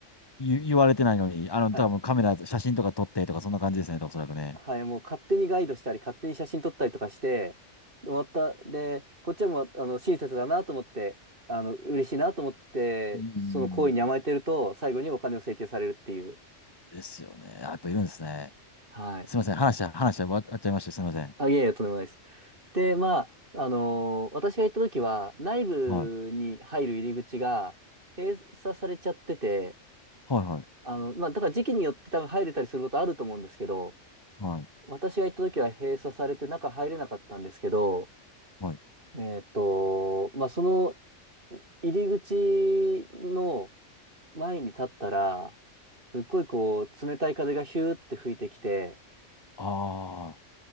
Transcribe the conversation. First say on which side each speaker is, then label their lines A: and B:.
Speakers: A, on the left; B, on the right.
A: 言言われてないのに、あの、
B: はい。
A: 多分カメラ、写真とか撮ってとか、そんな感じですね、おそらくね。
B: はい。もう勝手にガイドしたり、勝手に写真撮ったりとかして、終わった。で、こっちはもう、あの、親切だなと思って、あの、嬉しいなと思って、
A: うん。
B: その行為に甘えてると、最後にお金を請求されるっていう。
A: ですよね。あやっぱいるんですね。
B: はい。
A: すみません。話、話、終わっちゃいました。すみません。
B: あ、いえいえ、とんでもないです。で、まあ、あのー私が行った時は、内部に入る入り口が閉鎖されちゃってて、
A: はい。はい、はい、
B: あの、まあ、だから時期によって多分入れたりすることあると思うんですけど、
A: はい、
B: 私が行った時は閉鎖されて中入れなかったんですけど、
A: はい。
B: えっと、まあ、その入り口の前に立ったら、すっごいこう、冷たい風がヒューって吹いてきて、
A: あ